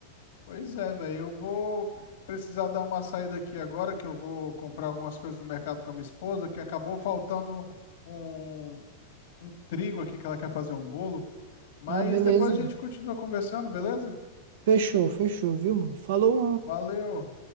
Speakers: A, on the left; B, on the right.
A: Pois é, velho. Eu vou precisar dar uma saída aqui agora, que eu vou comprar algumas coisas no mercado com a minha esposa, que acabou faltando um, um trigo aqui que ela quer fazer um bolo. Mas
B: Ah, beleza,
A: depois a
B: mano.
A: gente continua conversando, beleza?
B: Fechou, fechou, viu, mano? Falou.
A: Valeu.